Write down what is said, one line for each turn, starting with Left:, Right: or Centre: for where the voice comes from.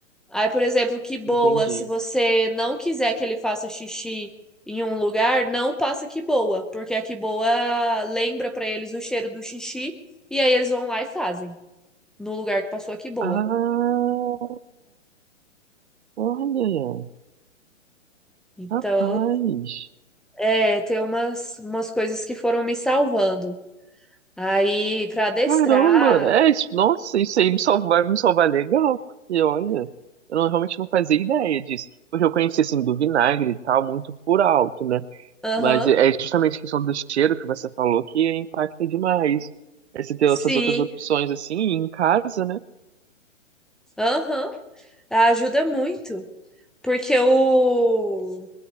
Centre: aí, por exemplo, que boa,
Right: Entendi.
Centre: se você não quiser que ele faça xixi em um lugar, não passa que boa, porque a que boa lembra pra eles o cheiro do xixi e aí eles vão lá e fazem no lugar que passou a que boa.
Right: Ah, olha,
Centre: Então,
Right: rapaz.
Centre: é, tem umas umas coisas que foram me salvando. Aí, pra adestrar,
Right: Caramba, é isso. Nossa, isso aí me salvar, vai me salvar legal, porque olha, eu não- realmente não fazia ideia disso. Porque eu conheci assim do vinagre e tal, muito por alto, né?
Centre: aham,
Right: Mas é justamente a questão do cheiro que você falou que impacta demais. Aí você tem
Centre: sim,
Right: essas outras opções assim, e em casa, né?
Centre: aham, ajuda muito. Porque o,